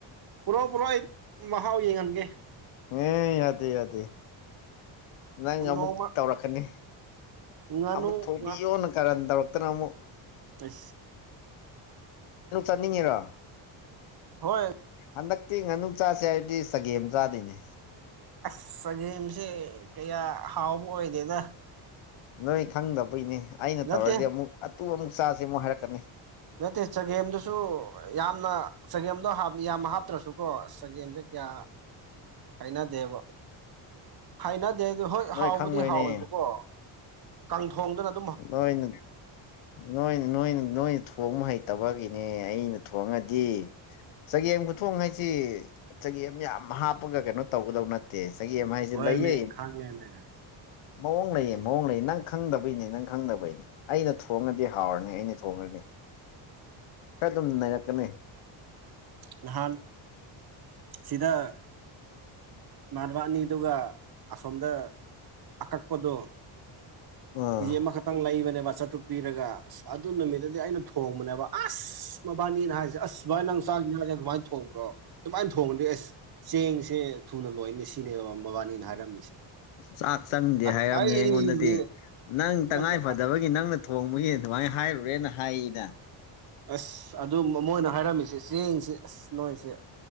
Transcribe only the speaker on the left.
ꯍꯦ ꯌꯥꯗꯦ ꯌꯥꯗꯦ ꯅꯪ ꯑꯃꯨꯛ
ꯇꯧꯔꯛꯀꯅꯤ
ꯑꯃꯨꯛ ꯊꯣꯛꯤꯌꯣꯅ
ꯀꯔꯟ ꯇꯧꯔꯛꯇꯅ ꯑꯃꯨꯛ
ꯅꯪ ꯆꯠꯅꯤꯡꯉꯤꯔꯣ
ꯍꯟꯗꯛꯇꯤ ꯉꯥꯅꯨ ꯆꯥꯥꯁꯦ ꯍꯥꯏꯔꯗꯤ ꯆꯒꯦꯝ ꯆꯥꯗꯣꯏꯅꯦ
ꯅꯣꯏ ꯈꯪꯗꯕꯩꯅꯦ ꯑꯩꯅ
ꯇꯧꯔꯗꯤ ꯑꯃꯨꯛ ꯑꯗꯨ ꯑꯃꯨꯛ ꯆꯥꯁꯦ ꯑꯃꯨꯛ ꯍꯥꯏꯔꯛꯀꯅꯤ
ꯅꯣꯏ
ꯈꯪꯉꯣꯏꯅꯦ
ꯅꯣꯏꯅ ꯅꯣꯏ ꯅꯣꯏꯅ ꯅꯣꯏꯅ ꯊꯣꯡꯕ ꯍꯩꯇꯕꯒꯤꯅꯦ ꯑꯩꯅ ꯊꯣꯡꯉꯗꯤ ꯆꯒꯦꯝ ꯈꯨꯊꯣꯡ ꯍꯥꯏꯁꯤ ꯆꯒꯦꯝ ꯌꯥꯝ ꯍꯥꯞꯄꯒ ꯀꯩꯅꯣ ꯇꯧꯒꯗꯧ ꯅꯦ ꯗꯦ ꯆꯒꯦꯝ ꯍꯥꯏꯁꯦ
ꯂꯩꯌꯦ
ꯃꯑꯣꯡ ꯂꯩꯌꯦ ꯃꯑꯣꯡ ꯂꯩꯌꯦ ꯅꯪ ꯈꯪꯗꯕꯩꯅꯦ ꯅꯪ ꯈꯪꯅꯕꯩꯅꯤ ꯑꯩꯅ ꯊꯣꯡꯉꯗꯤ ꯍꯥꯎꯔꯅꯤ ꯑꯩꯅ ꯊꯣꯡꯉꯅꯤ ꯈꯔ ꯑꯗꯨꯝ ꯅꯩꯅꯅꯥꯔꯛꯀꯅꯤ
ꯑꯣ
ꯆꯥꯛ ꯆꯪꯗꯦ
ꯍꯥꯏꯔꯝꯃꯦ
ꯑꯩꯉꯣꯟꯗꯗꯤ ꯅꯪ ꯇꯉꯥꯏ
ꯐꯗꯕꯒꯤ ꯑꯩꯒꯤ ꯅꯪꯅ ꯊꯣꯡꯕꯒꯤ ꯑꯗꯨꯃꯥꯏꯅ ꯍꯥꯏꯔꯨꯔꯦꯅ ꯍꯥꯏꯌꯦꯗ